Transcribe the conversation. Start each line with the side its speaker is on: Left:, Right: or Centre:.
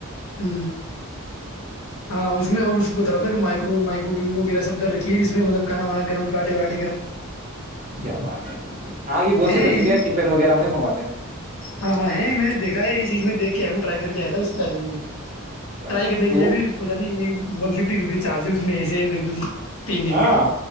Left: ہ ہاں اس میں اور اس بتر مائرو مائکرو وی ویرہ سب د رکھی جس مطل کھا وانا گم پراٹے پرٹ
Right: کیا بات ہے ہاں یہ بہت
Left: ہیں
Right: سے بچے
Left: جی
Right: کیا ٹفن وغیرہ وہی منگواتے ہیں
Left: ہاں ہاں میں نے دیکھا ہے یہ چیز میں دیکھ آیا ہوں ٹرائی کر کے آیا تھا اس لائبریری میں
Right: کیا
Left: ٹرائی
Right: بات
Left: کرنے
Right: ہے
Left: کے
Right: تو
Left: لیے بھی پت نہیں یہ ون ففٹی روپز چارج ہے اس میں ایسے ہی ہے دھو تین دن
Right: ہاں
Left: کا